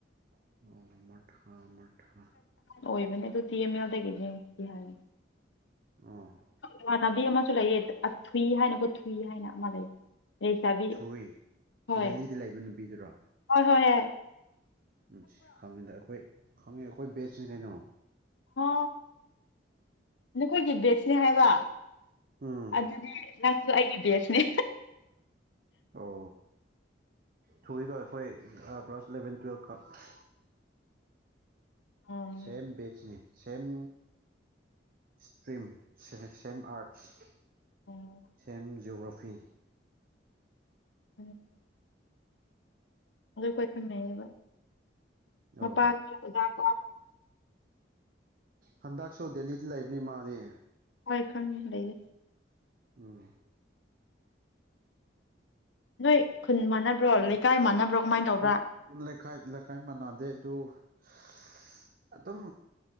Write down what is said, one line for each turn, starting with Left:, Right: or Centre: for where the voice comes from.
Right: ꯑꯣ ꯃꯔꯊꯥ ꯃꯔꯊꯥ
Left: ꯑꯣꯏꯕꯅꯦ ꯑꯗꯨ ꯇꯤ ꯑꯦꯝ ꯑꯦꯜꯗꯒꯤꯅꯦ ꯀ ꯍꯥꯏꯅꯤ
Right: ꯑꯣ
Left: ꯏꯃꯥꯟꯅꯕꯤ ꯑꯃꯁꯨ ꯂꯩꯑ ꯊꯨꯏ ꯍꯥꯏꯅꯀꯣ ꯊꯨꯏ ꯍꯥꯏꯅ ꯑꯃ ꯂꯩꯌꯦ ꯑꯩ ꯆꯥꯕꯤ
Right: ꯊꯨꯏ
Left: ꯍꯣꯏ
Right: ꯗꯦꯜꯂꯤꯗ ꯂꯩꯕ ꯅꯨꯄꯤꯗꯨꯔꯣ
Left: ꯍꯣꯏ ꯍꯣꯏ ꯌꯥ
Right: ꯎꯝ ꯁꯤ ꯈꯪꯉꯤꯗ ꯑꯩꯈꯣꯏ ꯈꯪꯉꯤ ꯑꯩꯈꯣꯏ ꯕꯦꯁꯅꯦ ꯀꯩꯅꯣ
Left: ꯍ ꯅꯈꯣꯏꯒꯤ ꯕꯦꯠꯁꯅꯦ ꯍꯥꯏꯕ
Right: ꯎꯝ
Left: ꯑꯗꯨꯗꯤ ꯅꯪꯁꯨ ꯑꯩꯒꯤ ꯕꯦꯁꯅꯤ
Right: ꯑꯣ ꯊꯣꯛꯀꯣ ꯑꯩꯈꯣꯏ ꯀ꯭ꯂꯥꯁ ꯏꯂꯚꯦꯟ ꯇꯨꯌꯦꯜꯕ ꯈꯛ
Left: ꯑꯣ
Right: ꯁꯦꯝ ꯕꯤꯆꯅꯤ ꯁꯦꯝꯝ ꯏꯁꯇ꯭ꯔꯤꯝ ꯁꯦꯝꯃ ꯑꯔꯠꯁ
Left: ꯑꯗꯨ
Right: ꯁꯦꯝꯝ ꯌꯑꯣꯒ꯭ꯔꯥꯐꯤ
Left: ꯎꯝ <inaudible> ꯑꯗꯨ ꯑꯩꯣꯏ ꯈꯪꯅꯩꯌꯦꯕ ꯃꯄꯥ
Right: ꯑꯣ
Left: ꯑꯣꯖꯥ ꯀꯣ <inaudible>
Right: ꯍꯟꯗꯛꯁꯨ ꯗꯦꯜꯂꯤꯗ ꯂꯩꯕꯅꯤ ꯃꯥꯗꯤ
Left: ꯍꯣꯏ ꯈꯪꯉꯦ ꯂꯩꯌꯦ
Right: ꯎꯝ
Left: ꯅꯣꯏ ꯈꯨꯟ ꯃꯥꯟꯅꯕ꯭ꯔꯣ ꯂꯩꯀꯥꯏ ꯃꯥꯟꯅꯕ꯭ꯔꯣ ꯀꯃꯥꯏꯅ ꯇꯧꯕ꯭ꯔꯥ
Right: ꯑꯍꯨꯝ ꯂꯩꯀꯥꯏ ꯂꯩꯀꯥꯏ ꯃꯟꯅꯥꯗꯦ ꯑꯗꯨ <unintelligible> ꯑꯗꯨꯝ